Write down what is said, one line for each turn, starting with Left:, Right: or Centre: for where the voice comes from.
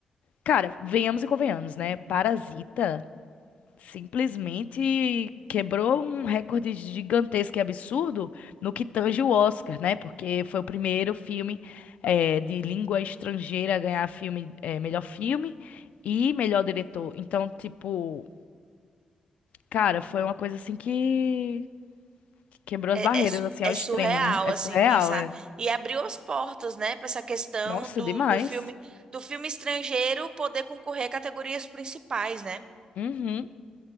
Left: cara, venhamos e convenhamos, né? Parasita. simplesmente quebrou um recorde gigantesco e absurdo no que tange o Oscar, né? Porque foi o primeiro filme eh, de língua estrangeira a ganhar filme, eh, melhor filme e melhor diretor. Então, tipo, cara, foi uma coisa assim que que quebrou
Right: É,
Left: as barreiras,
Right: é, su-
Left: assim,
Right: é
Left: ao extremo,
Right: surreal,
Left: né? É
Right: assim,
Left: surreal,
Right: pensar.
Left: é.
Right: E abriu as portas, né, para essa questão
Left: Nossa,
Right: do,
Left: demais.
Right: do filme, do filme estrangeiro poder concorrer a categorias principais, né?
Left: Uhum,